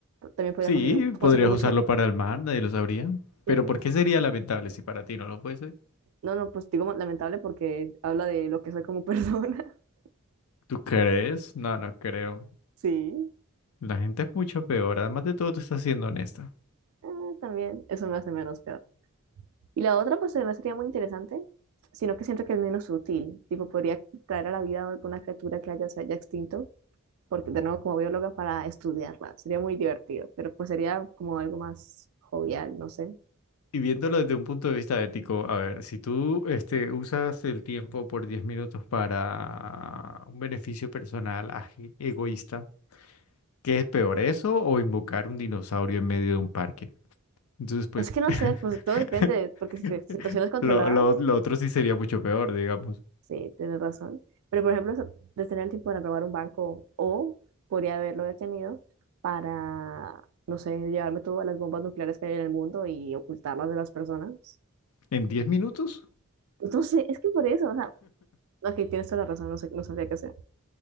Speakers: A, on the right; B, on the left.
A: También podría
B: Sí,
A: conseguir,
B: podrías
A: conseguir mucho,
B: usarlo para el mal, nadie lo sabría.
A: sí.
B: Pero ¿por qué sería lamentable si para ti no lo fuese?
A: No, no, pues digo lamentable porque habla de lo que soy como persona. <laughs>
B: ¿Tú crees? No, no creo.
A: Sí.
B: La gente es mucho peor. Además de todo, tú estás siendo honesta.
A: Ah, también, eso me hace menos peor. Y la otra, pues además sería muy interesante, sino que siento que es menos útil. Tipo, podría traer a la vida alguna criatura que haya, se haya extinto, porque de nuevo, como bióloga, para estudiarla. Sería muy divertido, pero pues sería como algo más jovial, no sé.
B: Y viéndolo desde un punto de vista ético, a ver, si tú este, usas el tiempo por 10 minutos para un beneficio personal aje- egoísta, ¿qué es peor, eso o invocar un dinosaurio en medio de un parque? Entonces, pues,
A: Es que no
B: <laughs>
A: sé, pues todo depende, porque si te- situaciones controladas,
B: lo, lo- lo otro sí sería mucho peor, digamos.
A: Sí, tienes razón. Pero, por ejemplo, eso- detener el tipo para robar un banco o podría haberlo detenido para, no sé, llevarme todas las bombas nucleares que hay en el mundo y ocultarlas de las personas.
B: ¿En diez minutos?
A: Entonces, es que por eso, o sea, ok, tienes toda la razón, no sé, no sabría qué hacer.